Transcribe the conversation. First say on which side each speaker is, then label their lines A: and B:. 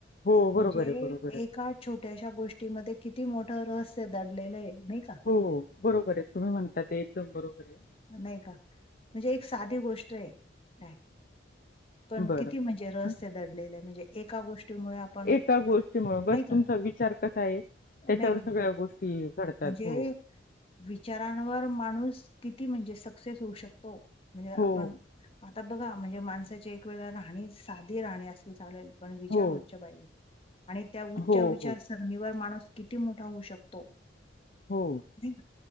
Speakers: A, on the left; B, on the left.
A: हो
B: म्हणजे
A: बरोबर आहे बरोबर आहे
B: एकां छोट्यांच्या गोष्टींमध्ये किती मोठं रहस्यं दडलेलं आहे नां ही कां
A: हो बरोबर आहे तुम्हीं म्हणतांत ते एकदंम बरोबर आहे.
B: नाहीं कां म्हणजे एक सांधी गोष्ट आहे. कायं पणं
A: बरं
B: किती म्हणजे रहस्यं दडलेले आहे एकां गोष्टींमुळे आपणं
A: एका गोष्टीमुळे
B: नाहीं
A: बस
B: कां
A: तुमचा विचार कसा आहे. त्याच्यावर
B: नाहीं कां
A: सगळ्या गोष्टी घडतात
B: म्हणजे
A: हो
B: विचारांवर माणूंस किती म्हणजे सक्सेस होऊ शकतो म्हणजे आपणं
A: हो
B: आंता बघां म्हणजे माणसांची एक वेळे राहणी सांधी राहणी असली चालेल पणं विचार
A: हो
B: उच्चं पाहिजे आणि त्यां उच्चं
A: हो
B: विचार
A: हो
B: सणीवर माणूंस किती मोठा होऊ शकतो
A: हो
B: नाही